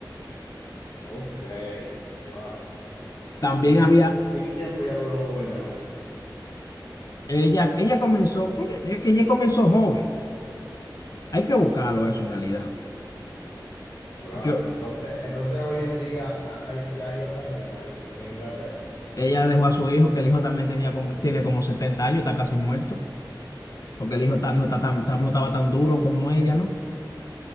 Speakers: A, on the left; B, on the left.
A: ok, wow.
B: También
A: ¿Y qué
B: había,
A: tiempo, y qué tiempo ya duró gobernando?
B: ella, ella comenzó, coño, es que ella comenzó joven. Hay que buscarlo eso en realidad.
A: Claro,
B: Yo,
A: entonces, entonces hoy en día hay- ya hay otra reina en, en Inglaterra.
B: Ella dejó a su hijo, que el hijo también tenía como, tiene como 70 años, está casi muerto, porque el hijo ta- no, está tan, tan- no estaba tan duro como ella, ¿no?